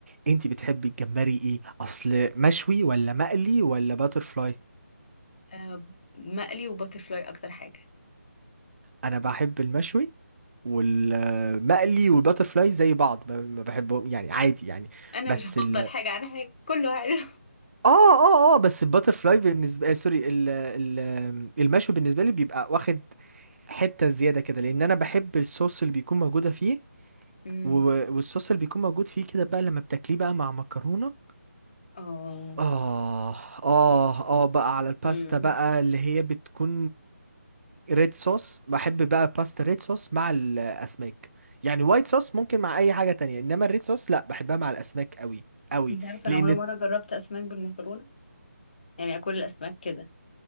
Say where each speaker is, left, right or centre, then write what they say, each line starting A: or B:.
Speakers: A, on the right; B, on the left.
A: انتي بتحبي الجمبري ايه اصل مشوي ولا مقلي ولا باترفلاي
B: آه، مقلي وباترفلاي اكتر حاجه
A: انا بحب المشوي والمقلي والباترفلاي زي بعض ما ما بحبهم يعني عادي يعني
B: انا
A: بس
B: مش هفضل
A: ال
B: حاجه عن حاجه كله حلو
A: اه اه اه بس الباترفلاي بالنسبه آه سوري ال... ال... المشوي بالنسبه لي بيبقى واخد حته زياده كده لان انا بحب الصوص اللي بيكون موجوده فيه
B: امم
A: و- والصوص اللي بيكون موجود فيه كده بقى لما بتاكليه بقى مع مكرونه
B: اه
A: آه آه آه بقى على الباستا
B: امم
A: بقى اللي هي بتكون ريد صوص بحب بقى باستا ريد صوص مع الأسماك يعني وايت صوص ممكن مع أي حاجة تانية إنما الريد صوص لأ بحبها مع الأسماك أوي أوي
B: انت عارفه
A: لأن
B: انا اول مره جربت اسماك بالمكرونه يعني اكل الاسماك كده